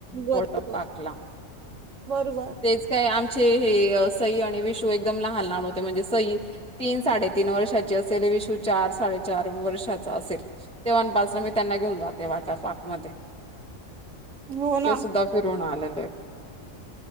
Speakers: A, on the right (about 70°); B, in the centre.
A: बरोबर
B: वॉटर पार्क ला
A: बरोबर
B: तेच काही आम हे सई आणि विश एकदम लहान लहान हो म्हणे स तीन सा तन वर्षा अस वि चार चार वर् <inaudible> असेल तेव्हापासून मी त्यांना घेऊन जाते वा पाक म
A: हो
B: ते
A: ना
B: सुद्धा फिरवून आलेले आहेत.